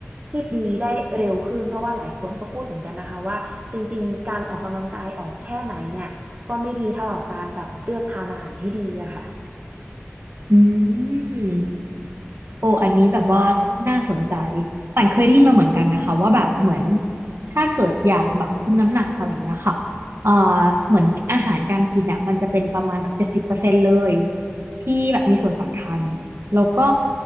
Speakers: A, on the right; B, on the right.
A: ที่ดีได้เร็วขึ้นเพราะว่าหลายคนก็พูดเหมือนกันนะคะว่าจริงๆการออกกำลังกายออกแค่ไหนเนี่ย ก็ไม่ดีเท่ากับการแบบเลือกทานอาหารที่ดีอะค่ะ
B: อืมโอ้อันนี้แบบว่าน่าสนใจป่านเคยได้ยินมาเหมือนกันนะคะว่าแบบเหมือนถ้าเกิดอยากแบบคุมน้ำหนักอะไรอย่างเงี้ยค่ะเอ่อเหมือนอาหารการกินเนี่ยมันจะเป็นประมาณแบบเจ็ดสิบเปอร์เซ็นต์เลยที่แบบมีส่วนสำคัญแล้วก็